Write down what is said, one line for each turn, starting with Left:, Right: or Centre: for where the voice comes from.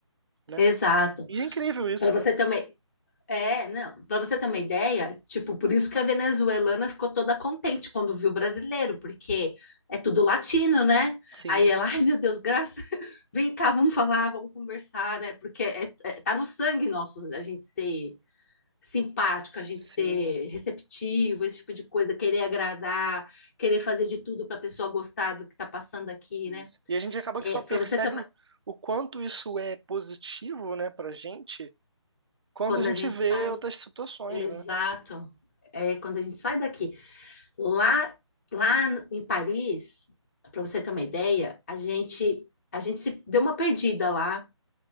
Right: né?
Left: exato.
Right: E é incrível isso,
Left: Para você
Right: né?
Left: também. É, não. Para você ter uma ideia, tipo, por isso que a venezuelana ficou toda contente quando viu o brasileiro, porque é tudo latino, né?
Right: Sim,
Left: Aí ela, ai meu Deus, graças, <laughs> vem cá, vamos falar, vamos conversar, né? Porque é, é- tá no sangue nosso a gente ser simpático, a gente
Right: sim.
Left: ser receptivo, esse tipo de coisa, querer agradar, querer fazer de tudo para a pessoa gostar do que tá passando aqui,
Right: Isso.
Left: né?
Right: E a gente acaba
Left: É,
Right: que só
Left: para
Right: percebe
Left: você ter uma...
Right: o, o quanto isso é positivo, né, pra gente, quando
Left: Quando
Right: a gente
Left: a gente
Right: vê
Left: sai,
Right: outras situações,
Left: exato.
Right: né?
Left: É, quando a gente sai daqui. Lá, lá em Paris, para você ter uma ideia, a gente, a gente se deu uma perdida lá